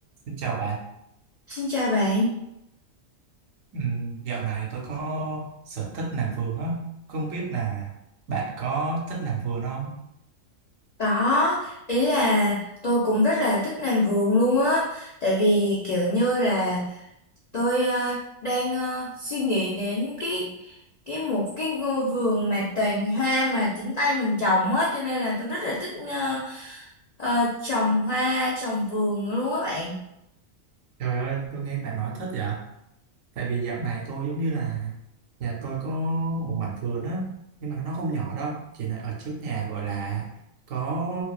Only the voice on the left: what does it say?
Xin chào bạn.
Đó, ý là tôi cũng rất là thích làm vườn luôn á, tại vì kiểu như là tôi ờ, đang ờ, suy nghĩ đến cái cái một cái ngôi vườn mà toàn hoa mà chính tay mình trồng á, cho nên là tôi rất là thích ờ, ờ, trồng hoa, trồng vườn luôn á bạn.